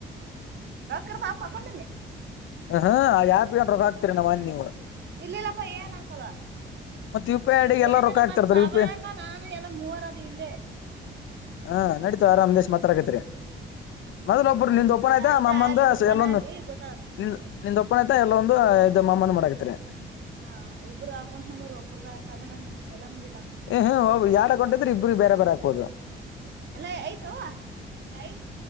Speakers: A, on the right (about 60°); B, on the left (about 75°).
A: ರೊಕ್ಕ ಇರತವಪ್ಪ ಅಕೌಂಟ್ ಅಲ್ಲಿ,
B: <unintelligible> ಆ್ಯಪ್ ಗೆ ಏನ ರೊಕ್ಕ ಹಾಕ್ತಿರಿ ಏನ ನೀವು,
A: ಇರ್ಲಿಲ್ಲಪ್ಪಾ ಏನ್ ಹಾಕಲ್ಲ
B: ಮತ್ ಯು ಪಿ ಐ ಐಡಿಗೆ ಎಲ್ಲ
A: ಏನಿಲ್ಲ
B: ರೊಕ್ಕ ಹಾಕ್ತಿರ್ತಾರ
A: ಮತ್ತ್ ಸಾಬಣ್ಣ
B: ಯು ಪಿ ಐ
A: ಅಣ್ಣ ನಾನು ಎಲ್ಲ ಮೂವರ ಅದಿವಿ ಇಲ್ಲೇ,
B: ಹಾ ನಡೀತು ಆರಾಮ್ ಇನ್ ಎಷ್ಟ್ ಮಾತಡಕತಿರಿ.
A: ಹ್ಮ್
B: ಮೊದ್ಲ್
A: ನೋಡಮ್
B: ಒಬ್ರು
A: ತೋರತ್
B: ನಿಂದ್ ಓಪನ್
A: ನಂದ
B: ಆಯ್ತಾ ಅಮ್ಮಂದ
A: ಇದ ಅಲ್ಲಿ ಓಪನ್
B: ಎಲ್ಲೊಂದ್
A: ಅಲ್ಲಿ ಗೊತ್ತಾಗತ್ತ
B: ನಿ
A: ಹ್ಮ್
B: ನಿಂದ್ ಒಪ್ಪನ್ ಆಯ್ತಾ ಇಲ್ಲೊಂದು ಇದ್ ಮಾಮಂದ ಮಾಡಾಕ್ತರಿ.
A: ಹಾ ಇಬ್ಬರು ಅಕೌಂಟ್ ನಂಬರ್ ಒಬ್ಬರುದ <unintelligible> ಎಲ್ಲ ಮಂದಿ
B: ಹ್ಮ್ ಯಾರಡ್ ಅಕೌಂಟ್ ಇದ್ರೆ ಇಬ್ಬರಿಗ್ ಬೇರೆ ಬೇರೆ ಹಾಕ್ಬಹುದು.
A: ಎಲ್ಲ ಆಯ್ತಾ ಆಯ್ತ್